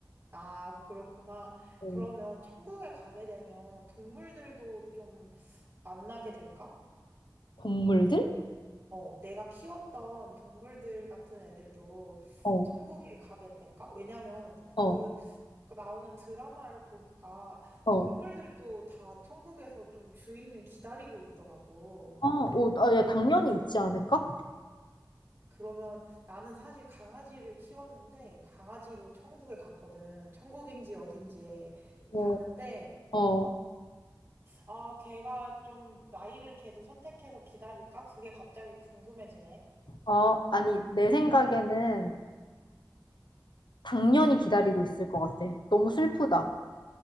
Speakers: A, on the right; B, on the left.
A: 아, 그렇구나.
B: 어,
A: 그러면 천국에 가게 되면 동물들도 좀 만나게 될까?
B: 동물들?
A: 어, 내가 키웠던 동물들 같은 애들도
B: 어,
A: 천국에 가게 될까? 왜냐면 그
B: 어.
A: 그 나오는 드라마를 보니까
B: 어,
A: 동물들도 다 천국에서 좀 주인을 기다리고 있더라고.
B: 아, 어, 아, 야, 당연히 있지 않을까?
A: 그러면 나는 사실 강아지를 키웠는데 강아지도 천국에 갔거든. 천국인지 어딘지에
B: 어,
A: 갔는데
B: 어,
A: 아, 걔가 좀 나이를 걔도 선택해서 기다릴까? 그게 갑자기 궁금해지네.
B: 어, 아니, 내 생각에는 당연히 기다리고 있을 것 같아. 너무 슬프다.